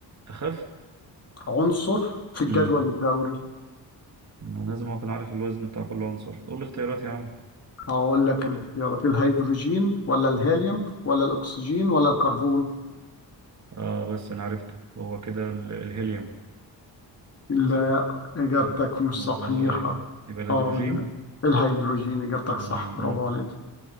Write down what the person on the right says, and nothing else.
أخف؟
مم.
أنا لازم أكون عارف الوزن بتاع كل عنصر قول لي اختيارات يا عم
آه بس أنا عرفته هو كده ال- الهيليوم
صح.
و-
والله
يبقى الهيدروجين
مم.